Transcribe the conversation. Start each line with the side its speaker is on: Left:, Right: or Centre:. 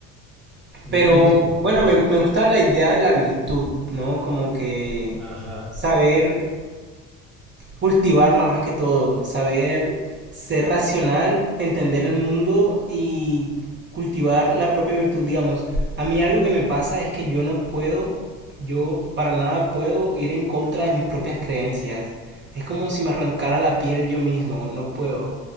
Centre: Nihilismo,
Right: Pero bueno,
Centre: nihil-
Right: me, me gusta la idea de la virtud, ¿no? Como que
Centre: Ajá,
Right: saber cultivarla más que todo, saber ser racional, entender el mundo y cultivar la propia virtud, digamos. A mí algo que me pasa es que yo no puedo, yo para nada puedo ir en contra de mis propias creencias. Es como si me arrancara la piel yo mismo, no puedo.